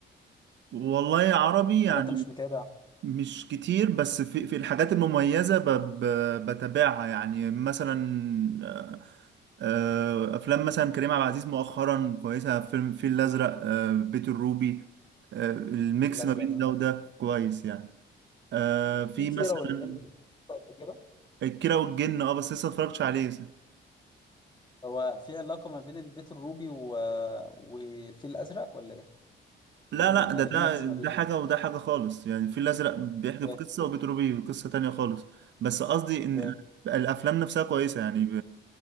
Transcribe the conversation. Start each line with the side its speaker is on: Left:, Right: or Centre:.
Right: والله عربي يعني
Left: ولا انت مش متابع
Right: مش كتير بس في في الحاجات المميزة ب ب بتابعها يعني مثلا آه، آه، أفلام مثلا كريم عبد العزيز مؤخرا كويسة فيلم الفيل الأزرق آه، بيت الروبي آه، الميكس
Left: الازرق
Right: ما بين
Left: جامد
Right: ده وده كويس يعني آه، في
Left: في كيرة
Right: مثلا
Left: والجن قد كده
Right: الكيرة والجن اه بس لسه متفرجتش عليه
Left: هو في علاقة ما بين البيت الروبي و... والفيل الازرق ولا ايه
Right: لا
Left: بتقول
Right: لا ده
Left: يعني
Right: ده
Left: ايه ميكس
Right: ده
Left: ما بين
Right: حاجة وده حاجة خالص يعني الفيل الأزرق بيحكي
Left: <laughs> اوكي
Right: في قصة وبيتروبي في قصة تانية خالص بس قصدي إن
Left: اوكي.
Right: ال- الأفلام نفسها كويسة يعني ب...